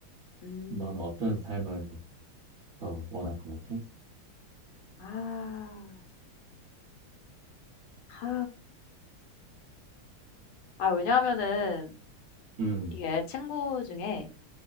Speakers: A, on the left (about 80°); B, on the right (about 50°).
A: 음.
B: 너는 어떤 삶을 더 원할 것 같아?
A: 아. 하. 아 왜냐하면은
B: 음,
A: 이게 친구 중에